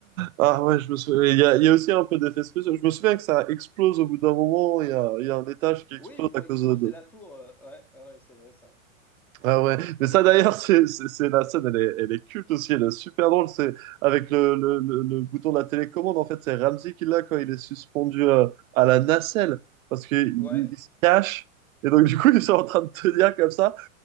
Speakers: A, on the right; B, in the centre.
A: Ah ouais, je me souviens. Il y a, il y a aussi un peu d'effets spéciaux. Je me souviens que ça explose au bout d'un moment. Il y a, il y a un étage qui explose
B: Oui, ils font
A: à cause
B: exploser
A: de.
B: la tour. euh, ouais, ouais, ouais, c'est vrai ça.
A: Ah ouais. Mais ça d'ailleurs, <laughs> c'est c'est- c'est la scène, elle est, elle est culte aussi. Elle est super drôle. C'est avec le, le, le, le bouton de la télécommande. En fait, c'est Ramsey qui l'a quand il est suspendu euh, à la nacelle parce qu'il
B: Ouais.
A: il- il se cache. Et donc, du coup, ils sont en train de tenir comme ça.